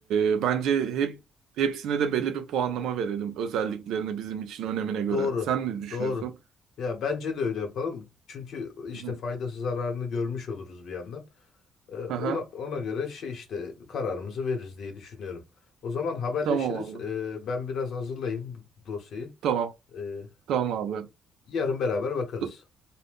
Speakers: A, on the right; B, on the left.
A: e, bence hep hepsine de belli bir puanlama verelim özelliklerini bizim için önemine göre.
B: Doğru.
A: Sen ne düşünüyorsun?
B: Doğru. Ya bence de öyle yapalım. Çünkü işte
A: Hı hı.
B: faydası zararını görmüş oluruz bir yandan. Ee, ona
A: Aha,
B: ona göre şey işte kararımızı veririz diye düşünüyorum. O zaman haberleşiriz.
A: tamam abi.
B: Ee, ben biraz hazırlayayım dosyayı.
A: Tamam.
B: Ee,
A: Tamam abi.
B: yarın beraber bakarız.
A: T-